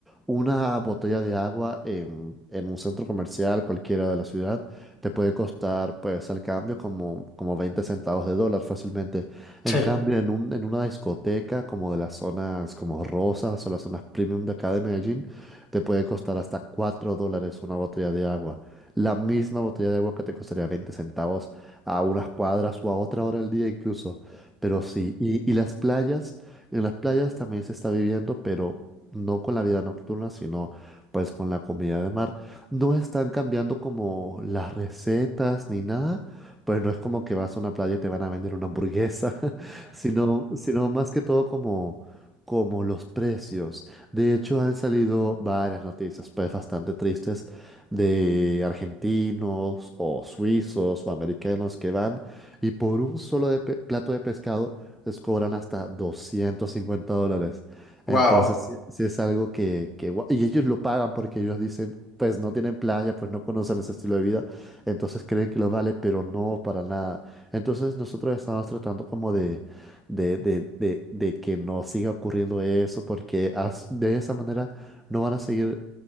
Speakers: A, in the centre; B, on the left.
A: una botella de agua en, en un centro comercial cualquiera de la ciudad te puede costar pues al cambio como, como 20 centavos de dólar fácilmente.
B: sí.
A: En cambio, en un, en una discoteca como de las zonas como Rosas o las zonas premium de acá de Medellín, te puede costar hasta 4 dólares una botella de agua. La misma botella de agua que te costaría 20 centavos a unas cuadras o a otra hora del día incluso. Pero sí, y, y las playas, en las playas también se está viviendo, pero no con la vida nocturna, sino pues con la comida de mar. No están cambiando como las recetas ni nada, pues no es como que vas a una playa y te van a vender una hamburguesa, <laughs> sino, sino más que todo como, como los precios. De hecho, han salido varias noticias, pues bastante tristes, de argentinos o suizos o americanos que van y por un solo de pe- plato de pescado les cobran hasta 250 dólares.
B: Wow.
A: Entonces,
B: <laughs>
A: si es algo que, que, gua- y ellos lo pagan porque ellos dicen pues no tienen playa, pues no conocen ese estilo de vida, entonces creen que lo vale, pero no para nada. Entonces nosotros estamos tratando como de, de, de, de, de que no siga ocurriendo eso, porque as- de esa manera no van a seguir